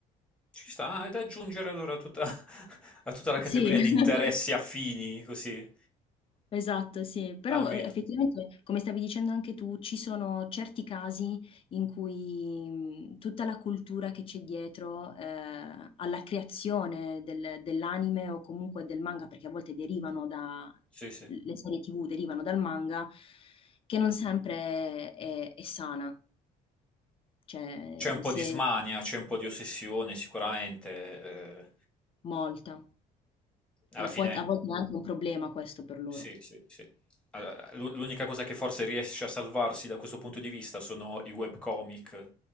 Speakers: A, in the centre; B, on the left.
A: Ci sta, ah, è da aggiungere allora a tutta, <laughs> a tutta la categoria
B: Sì. <laughs>
A: di interessi affini, così,
B: Esatto, sì. Però,
A: almeno.
B: ehm, effettivamente, come stavi dicendo anche tu, ci sono certi casi in cui, mhmm, tutta la cultura che c'è dietro, ehm, alla creazione del dell'anime o comunque del manga, perché a volte derivano da
A: Sì, sì.
B: l le serie TV derivano dal manga, che non sempre è è sana, cioè
A: C'è un po'
B: se
A: di smania, c'è un po' di ossessione, sicuramente. eh,
B: molta.
A: alla
B: E
A: fine
B: poi t a volte è anche un problema questo per loro.
A: Sì, sì, sì. Allora, l'u- l'unica cosa che forse riesce a salvarsi da questo punto di vista sono i webcomic,